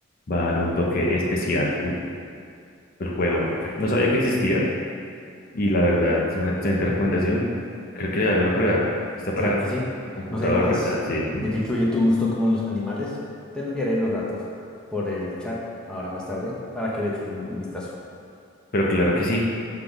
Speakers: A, on the left (about 50°); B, in the centre.
A: va a dar un toque especial al juego.
B: No, perfecto.
A: No sabía que existía y la verdad es una excelente recomendación. Creo que le daré una prueba. Está
B: Claro
A: para
B: que sí.
A: computador,
B: No se diga más.
A: ¿verdad? Sí,
B: Ya que incluye tu gusto como los animales, te lo enviaré los datos por el chat ahora más tarde para que le eches un vistazo.
A: pero claro que sí.